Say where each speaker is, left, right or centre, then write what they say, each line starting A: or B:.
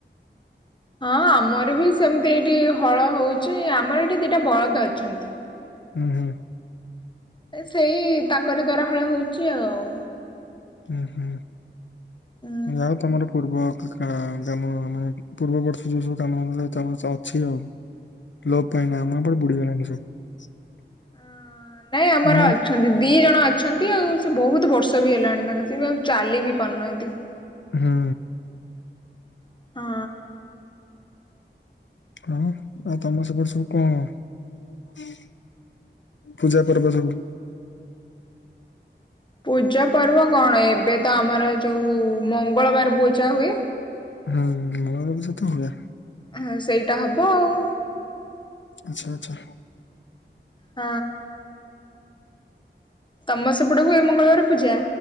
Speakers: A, on the left (about 25°); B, on the left (about 75°).
A: ହଁ ଆମର ବି ସେମିତି ଏଇଠି ହଳ ହଉଛି ଆମର ଏଠି ଦିଟା ବଳଦ ଅଛନ୍ତି।
B: ହୁଁ ହୁଁ।
A: ସେଇ ତାଙ୍କରି ଦ୍ୱାରା ହଳ ହଉଛି ଆଉ
B: ହୁଁ ହୁଁ।
A: ଉଁ
B: ଆଉ ତମର ପୂର୍ବ ହଁ ତମ ମାନେ ପୂର୍ବବର୍ଷ ଯୋଉ ସବୁ କାମ <unintelligible> ଅଛି ଆଉ ଲୋପ ପାଇନା ଆମର ଏପଟେ ବୁଡି଼ ଗଲାଣି ସବୁ। <unintelligible>
A: ହଁ। ନାଇଁ ଆମର
B: ଆମ ଏପ-
A: ଅଛନ୍ତି ଦି ଜଣ ଅ ଅଛନ୍ତି ଆଉ ସେ ବହୁତ ବ ୟସ ହେଲାଣି ବି ତାଙ୍କୁ, ସେ ଆଉ ଚାଲି ବି ପାରୁନାହାନ୍ତି।
B: ହୁଁ।
A: ହଁ।
B: ହଁ ଆଉ ତମ ସେପଟେ ସବୁ କଣ ପୂଜା ପର୍ବ ସବୁ?
A: ପୂଜା ପର୍ବ କଣ ଏବେ ତ ଆମର ଯୋଉ-ଉ-ଉ ମଙ୍ଗଳବାର ପୂଜା ହୁଏ।
B: ହୁଁ ହୁଁ ମଙ୍ଗଳ ପୂଜା ତ ହୁଏ।
A: ହଁ ସେଇଟା ହବ ଆଉ।
B: ଆଛା।
A: ହଁ। ତମ ସେପଟେ ହୁଏ ମଙ୍ଗଳବାର ପୂଜା?